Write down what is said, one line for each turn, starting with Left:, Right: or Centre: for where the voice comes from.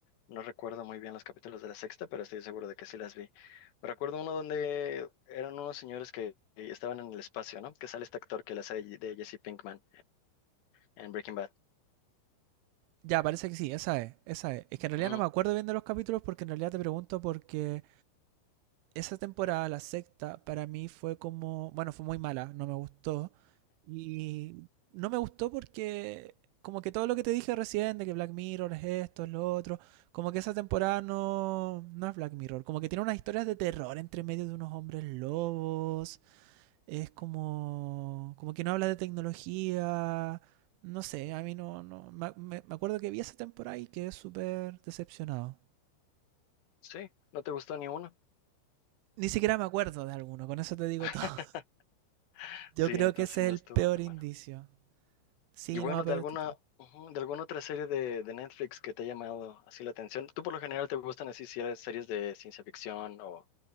Left: No recuerdo muy bien los capítulos de la sexta, pero estoy seguro de que sí las vi. Me recuerdo uno donde eran unos señores que estaban en el espacio, ¿no? Que sale este actor que la hace de Jesse Pinkman en Breaking Bad.
Right: Ya, parece que sí, esa es, esa es. Es que en realidad
Left: Ujú.
Right: no me acuerdo bien de los capítulos porque en realidad te pregunto porque esa temporada, la sexta, para mí fue como, bueno, fue muy mala, no me gustó. Y no me gustó porque como que todo lo que te dije recién de que Black Mirror es esto, es lo otro, como que esa temporada no, no es Black Mirror, como que tiene unas historias de terror entre medio de unos hombres lobos, es como, como que no habla de tecnología. No sé, a mí no. no me, me- acuerdo que vi esa temporada y quedé súper decepcionado.
Left: Sí, no te gustó ni uno.
Right: Ni siquiera me acuerdo de alguno, con eso te digo
Left: <laughs>
Right: <laughs> todo. Yo
Left: Sí,
Right: creo
Left: entonces
Right: que ese
Left: no
Right: es el
Left: estuvo
Right: peor
Left: tan
Right: indicio.
Left: bueno.
Right: Sí,
Left: Y bueno,
Right: no, pero
Left: de alguna,
Right: este tal.
Left: ujú, de alguna otra serie de, de Netflix que te ha llamado así la atención. ¿Tú por lo general te gustan así si eres series de ciencia ficción o,